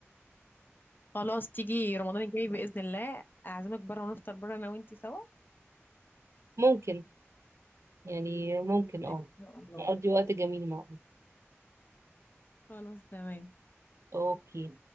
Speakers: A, on the left; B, on the right.
A: خلاص تيجي رمضان الجاي بإذن الله اعزمك بره ونفطر بره انا وانتي سوا
B: ممكن يعني ممكن اه
A: ان شاء الله
B: نقضي وقت جميل معه
A: خلاص تمام
B: اوكي